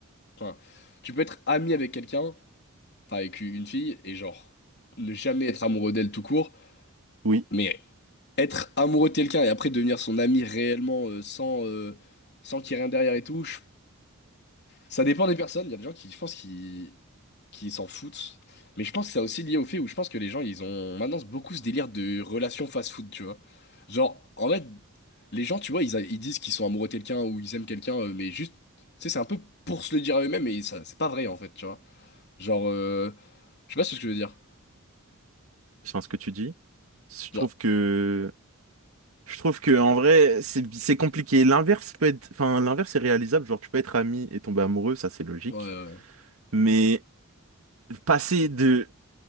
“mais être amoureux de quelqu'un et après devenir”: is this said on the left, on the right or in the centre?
Left